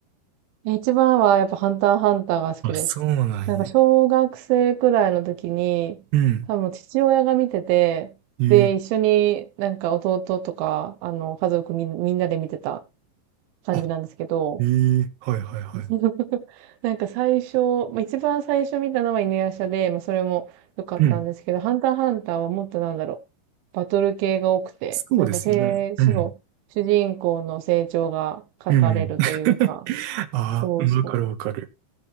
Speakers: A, on the right; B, on the right.
A: ん。え一番はやっぱハンターハンターが好きです。
B: あ、そうなんや。
A: なんか小学生くらいの時に、
B: うん。
A: 多分父親が見てて、
B: ええ
A: で、一緒になんか弟とか、あの、家族みん、みんなで見てた感じなんですけど、
B: あ、ええはいはいはい。
A: <laughs> なんか最初、まあ、一番最初見たのは犬夜叉で、まあ、それも良かったんですけど、
B: うん。
A: ハンターハンターはもっとなんだろう、バトル系が多くて、
B: そうですよね。
A: なんかせい主の主人公の成長が書かれるというか、
B: うん。うん。<laughs> ああ、
A: そうそう。
B: わかるわかる。